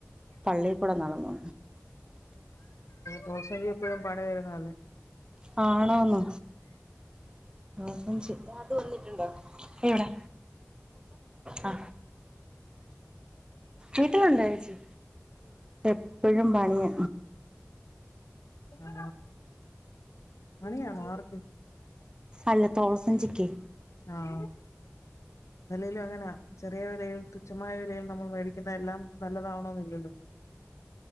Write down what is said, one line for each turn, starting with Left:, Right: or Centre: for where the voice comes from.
Right: പള്ളിൽക്കൂടെ നടന്നു
Left: തോൾസഞ്ചി എപ്പോഴും പണി തരുന്നല്ലേ
Right: ആണോന്നോ ആ അത് വന്നിട്ടുണ്ടോ എവിടെ ആ വീട്ടിലുണ്ടോ ചേച്ചി എപ്പഴും പണിയ
Left: ആണോ പണിയണോ ആർക്ക്
Right: അല്ല തോൾസഞ്ചിക്ക്
Left: ആഹ അല്ലേലും അങ്ങനയാ ചെറിയ വിലയിൽ ച്ഛമായ വിലയിൽ നമ്മൾ മേടിക്കുന്ന എല്ലാം നല്ലതാവണം എന്നില്ലല്ലോ